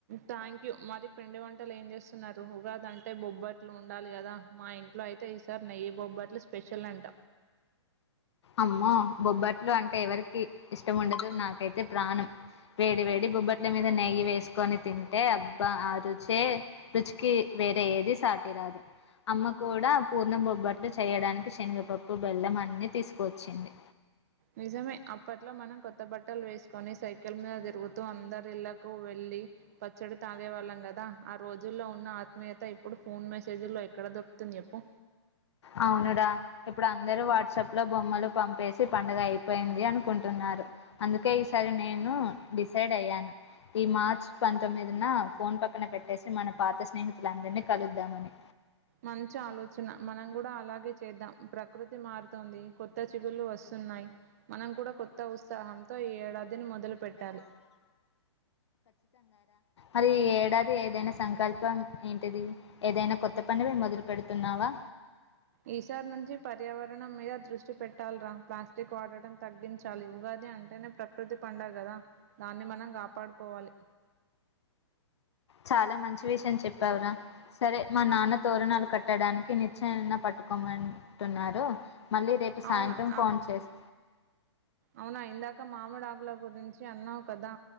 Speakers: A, on the right; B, on the left.
A: థ్యాంక్ యూ మరి పిండి వంటలు ఏం చేస్తున్నారు ఉగాది అంటే బొబ్బట్లు ఉన్ ఉండాలి కదా మా ఇంట్లో ఐ తే ఈసారి నెయ్యి బొబ్బట్లు స్పెషల్ అంట
B: అమ్మో బొబ్బట్లు అంటే ఎవరికి ఇష్టంముండదు నాకైతే ప్రాణం వేడి వేడి బొబ్బట్ల మీద నెయ్యి వేసుకొని తింటే అబ్బా ఆ రుచే రుచికి వేరే ఏది సాటిరాదు అమ్మ కూడా పూర్ణ బొబ్బట్లు చేయడానికి శనగపప్పు బెల్లం అన్ని తీసుకు వచ్చింది
A: నిజమే అప్పట్లో మనం కొత్త బట్టలు వేసుకొని సైకిల్ మీద తిరుగుతూ అందరి ఇళ్లకు వెళ్లి పచ్చడి తాగేవాళ్ళం కదా ఆ రోజుల్లో ఉన్న ఆత్మీయత ఇప్పుడు ఫోన్ మెసేజ్ల్లో ఎక్కడ దొరుకుతుంది చెప్పు
B: అవునుడా ఇప్పుడు అందరూ వాట్సాప్ లో బొమ్మలు పంపేసి పండుగ అయిపోయింది అనుకుంటున్నారు అందుకే ఈసారి నేను డిసైడ్ అయ్యాను ఈ మార్చ్ పంతొమ్మిది నా ఫోన్ పక్కన పెట్టేసి మన పాత స్నేహితులందరినీ కలుద్దామని
A: మంచి ఆలోచన మనం కూడా అలాగే చేద్దాం ప్రకృతి మారుతోంది కొత్త చిగుళ్లు వస్తున్నాయి మనం కూడా కొత్త ఉత్సాహంతో ఈ ఏడాద్ దీని మొదలు పెట్టాలి
B: అది ఈ ఏడాది ఏదైనా సంకల్పం ఏంటిది ఏదైనా కొత్త పని మొదలు పెడుతున్నావా
A: ఈసారి నుంచి పర్యావరణం మీద దృష్టి పెట్టాలిరా ప్లాస్టిక్ వాడటం తగ్గించాలి ఉగాది అంటేనే ప్రకృతి పండగదా దాన్ని మనం కాపాడుకోవాలి
B: చాలా మంచి విషయం చెప్పావురా సరే మా నాన్న తోరణాలు కట్టడానికి నిచ్చెనన పట్టుకోమంటున్నారు మళ్ళీ రేపు సాయంత్రం
A: అవునా ఆ
B: ఫోన్ చేస్
A: అవునా ఇందాక మాముడాకుల గురించి చి అన్నావు కదా